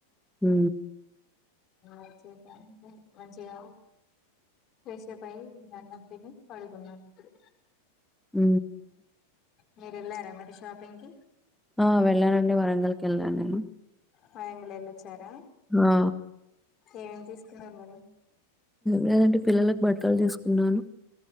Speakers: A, in the centre; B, on the left (about 30°).
A: హు
B: వచ్చేసాం మంచిగా ఫ్రెష్ అప్ అయ్యి అన్నం తిని పడుకున్నాం ఇప్పుడు
A: ఊ
B: మీరు వెళ్ళారా మరి షాపింగ్ కి
A: ఆ వెళ్ళానండి వరంగల్కి వెళ్ళా నేను
B: మయంగళలా యిచ్చారా
A: ఆ!
B: ఎం తీసుకున్నారు మరి
A: లేదంటే పిల్లలకు బట్టలు తీసుకున్నాను